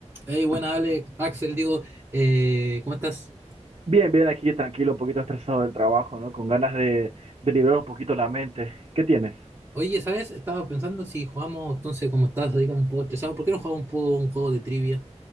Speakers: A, on the right (about 20°); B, on the right (about 55°).
A: Hey, buena Alex, Axel, digo, eh, ¿cómo estás?
B: Bien, bien, aquí tranquilo, un poquito estresado del trabajo, ¿no? Con ganas de, de liberar un poquito la mente. ¿Qué tienes?
A: Oye, ¿sabes? Estaba pensando si jugamos, entonces, como estás así como un poco estresado, ¿por qué no jugamos un poco un juego de trivia?